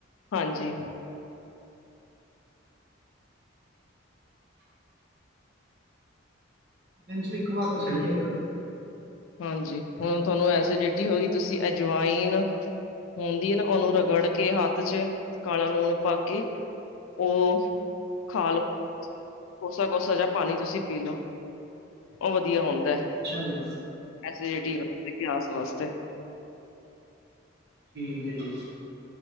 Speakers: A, on the left; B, on the right.
A: ਹਾਂਜੀ।
B: ਦਿਨ 'ਚ ਇੱਕ ਵਾਰ ਤਾਂ ਸਹੀ ਹੈ ਫੇਰ।
A: ਹਾਂਜੀ, ਏਹੁਣ ਤੁਹਾਨੂੰ ਐਸੀਡਿਟੀ ਹੋ ਰਹੀ ਤੁਸੀਂ ਐਜਵਾਈਨ। ਹੁੰਦੀ ਹੈ ਨਾ ਔਹਨੂੰ ਰਗੜ ਕੇ ਹੱਥ 'ਚ ਕਾਲਾ ਲੂਣ ਪਾ ਕੇ। ਉਹ ਖਾ ਲੋੋ। ਕੋਸਾ ਕੋਸਾ ਜਾਂ ਪਾਣੀ ਤੁਸੀਂ ਪੀ ਲਓ। ਔਹ ਵਧੀਆ ਹੁੰਦਾ ਹੈ।
B: ਅੱਛਾ ਜੀ।
A: ਐਸੀਡਿਟੀ ਅ ਗੈਸ ਵਾਸਤੇ।
B: ਠੀਕ ਹੈ ਜੀ।